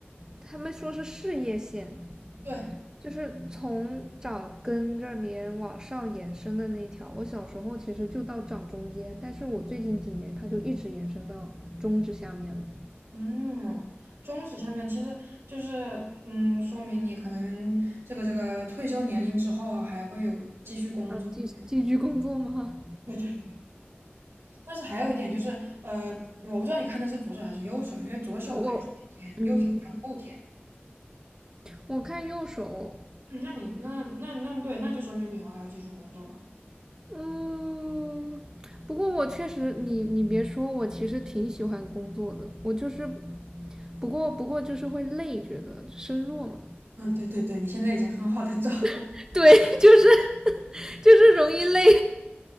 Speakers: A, on the right; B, on the right.
A: 他们说是事业线，
B: 对，
A: 就是从掌根这边往上延伸的那一条。我小时候其实就到掌中间，但是我最近几年它就一直延伸到中指下面了。
B: 嗯，中史下面其实就是，嗯，说明你可能这个这个退休年龄之后啊还会有继续工作这种
A: 要继续继续工作吗？
B: 对 <laughs> 对。但是还有一点就是，呃，我不知道你看的是左手还是右手，因为左手看前天，
A: 我我嗯，
B: 右手看后天。
A: 我看右手，
B: 嗯，那你那那那对，那就说明你以后还要继续工作嘛。
A: 嗯，不过我确实，你你别说，我其实挺喜欢工作的，我就是，不过不过就是会累，觉得身弱嘛，
B: 嗯，对对对，你现在已经很好的掌握，
A: <laughs> 对，就是 <laughs> 就是容易累，